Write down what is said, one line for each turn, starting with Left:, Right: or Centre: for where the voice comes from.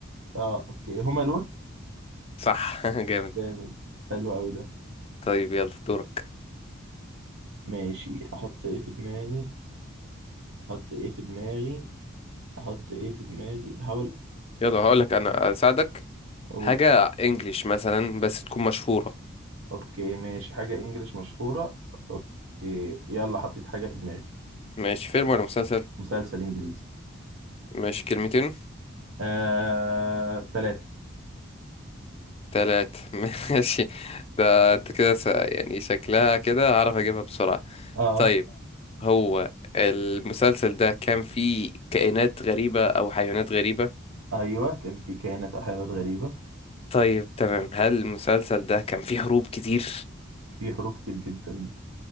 Right: اه أوكي هما لون
Left: صح <laughs> جامد
Right: جامد حلو قوي ده
Left: طيب يلا دورك
Right: ماشي احط ايه في دماغي احط ايه في دماغي احط ايه في دماغي بحاول
Left: يلا
Right: بحاول
Left: هقول لك انا اساعدك
Right: اقول
Left: حاجة انجليش مثلا بس تكون مشهورة
Right: اوكي ماشي حاجة انجليش مشهورة اوكي يلا حطيت حاجة في دماغي
Left: ماشي فيلم ولا مسلسل
Right: مسلسل انجليزي
Left: ماشي كلمتين
Right: آه ثلاثة
Left: تلات <laughs> ماشي ده انت كده س- يعني شكلها كده هعرف اجيبها بسرعة
Right: اه
Left: طيب هو المسلسل ده كان فيه كائنات غريبة او حيوانات غريبة
Right: ايوه كان في كائنات احيانات غريبة
Left: طيب تمام هل المسلسل ده كان فيه هروب كتير
Right: في حروب كتير جدا